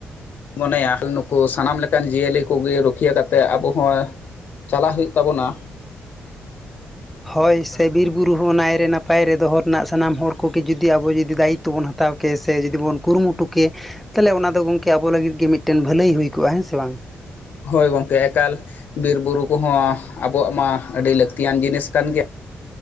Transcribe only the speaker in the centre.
ᱦᱳᱭ ᱥᱮ ᱵᱤᱨᱼ ᱵᱩᱨᱩ ᱦᱚᱸ ᱱᱟᱭᱨᱮ ᱱᱟᱯᱟᱭ ᱨᱮ ᱫᱚᱦᱚ ᱨᱮᱱᱟᱜ ᱥᱟᱱᱟᱢ ᱦᱚᱲ ᱠᱚᱜᱮ ᱡᱩᱫᱤ ᱟᱵᱚ ᱡᱩᱫᱤ ᱫᱟᱭᱤᱛᱚ ᱵᱚᱱ ᱦᱟᱛᱟᱣᱟ ᱦᱟᱛᱟᱣ ᱠᱮ ᱥᱮ ᱡᱩᱫᱤ ᱵᱚᱱ ᱠᱩᱨᱩᱢᱩᱴᱩ ᱠᱮ ᱛᱟᱦᱚᱞᱮ ᱚᱱᱟᱫᱚ ᱜᱚᱢᱠᱮ ᱟᱵᱚ ᱞᱟᱹᱜᱤᱫ ᱜᱮ ᱢᱤᱫᱴᱮᱱ ᱵᱷᱟᱹᱞᱟᱹᱭ ᱦᱩᱭ ᱠᱚᱜᱼᱟ ᱦᱮᱸ ᱥᱮ ᱵᱟᱝ